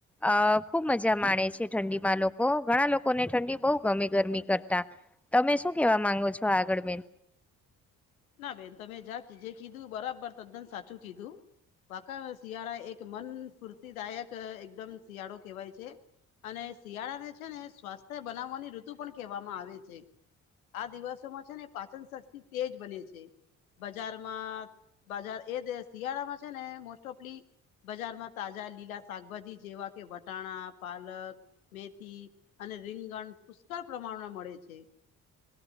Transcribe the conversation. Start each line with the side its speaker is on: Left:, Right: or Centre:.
Centre: અ ખુબ મજા માણે છે ઠંડી માં લોકો, ઘણા લોકોને ઠંડી બહુ ગમે ગરમી કરતા. તમે શું કેવા માંગો છો આગળ બેન?
Left: ના બેન તમે જા જે કીધું બરાબર તદ્દન સાચું કીધું. પાકા શિયાળા એક મન સ્ફૂર્તિદાયક એકદમ શિયાળો કહેવાય છે. અને શિયાળા ને છે ને સ્વાસ્થ્ય બનાવવાની ઋતુ પણ કહેવામાં આવે છે. આ દિવસોમાં છે ને પાચન શક્તિ તેજ બને છે. છે, બજારમાં બજાર એ શિયાળામાં છે ને મોસ્ટ ઓફલી બજારમાં તાજા લીલા શાકભાજી જેવા કે વટાણા, પાલક મેથી અને રીંગણ પુષ્કળ પ્રમાણમાં મળે છે.